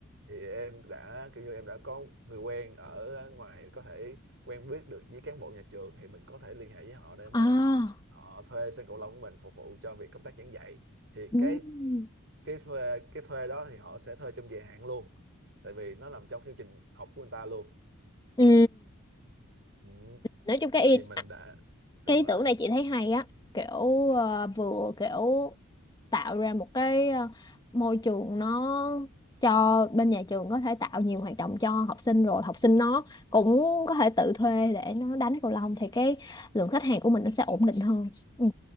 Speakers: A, on the right (about 55°); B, on the left (about 20°).
A: thì em đã kiểu như em đã có người quen ở ngoài có thể quen biết được với cán bộ nhà trường thì mình có thể liên hệ với họ để mà
B: à
A: họ thuê sân cầu lông của mình phục vụ cho việc công tác giảng dạy thì
B: ừ
A: cái cái thuê, cái thuê đó thì họ sẽ thuê trong dài hạn luôn tại vì nó nằm trong chương trình học của người ta luôn
B: ừ
A: ừ.
B: nói chung cái ý,
A: thì mình đã đúng
B: cái ý
A: rồi
B: tưởng này chị thấy hay á kiểu ờ, vừa kiểu tạo ra một cái ờ, môi trường nó cho bên nhà trường có thể tạo nhiều hoạt động cho học sinh rồi học sinh nó cũng có thể tự thuê để nó đánh cầu lông thì cái lượng khách hàng của mình nó sẽ ổn định hơn ừ